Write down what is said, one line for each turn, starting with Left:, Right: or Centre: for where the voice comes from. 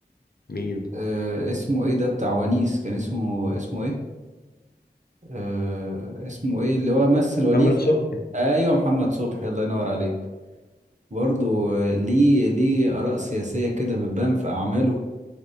Left: مين
Right: آه اسمه ايه ده بتاع ونيس كان اسمه اسمه ايه آه اسمه ايه اللي هو مثل
Left: محمد
Right: ونيس
Left: صبحي
Right: ايوه محمد صبحي الله ينور عليك برضه ليه ليه آراء سياسية كده بتبان في أعماله